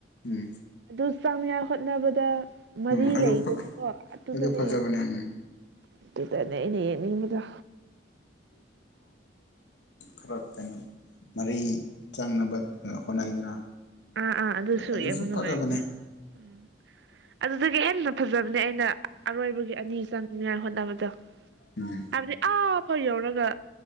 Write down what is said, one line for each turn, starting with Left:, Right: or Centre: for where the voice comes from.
Left: ꯎꯝ
Right: ꯑꯗꯨ ꯆꯪꯅꯤꯉꯥꯏ ꯍꯣꯠꯅꯕꯗ ꯃꯔꯤ
Left: ꯎꯝ ꯑꯗꯨ
Right: ꯂꯩꯗꯅꯀꯣ ꯑꯗꯨꯗ
Left: ꯑꯗꯨ
Right: ꯂꯩꯔꯅꯤ
Left: ꯐꯖꯕꯅꯦ ꯎꯝ
Right: ꯑꯗꯨꯗꯅꯦ ꯑꯩꯅ ꯌꯦꯡꯅꯤꯡ ꯏ ꯗꯣ
Left: ꯈꯔꯞ ꯇꯅ ꯃꯔꯤ ꯆꯪꯅꯕ ꯍꯣꯠꯅꯩꯗꯅ
Right: ꯑꯥ ꯑꯥ ꯑꯗꯨꯗꯁꯨ
Left: ꯑꯗꯨꯁꯨ
Right: ꯌꯦꯡꯕ ꯅꯨꯡꯉꯥꯏꯕꯅꯦ
Left: ꯐꯖꯕꯅꯦ
Right: ꯎꯝ ꯑꯗꯨꯗꯒꯤ ꯍꯦꯟꯅ ꯐꯖꯕꯅꯦ ꯑꯩꯅ ꯑꯔꯣꯏꯕꯒꯤ ꯑꯅꯤ ꯆꯪꯅꯤꯡꯉꯥꯏ ꯍꯣꯠꯅꯕꯗꯣ
Left: ꯎꯝ
Right: ꯍꯥꯏꯕꯗꯤ ꯑ ꯍꯣꯏ ꯌꯧꯔꯒ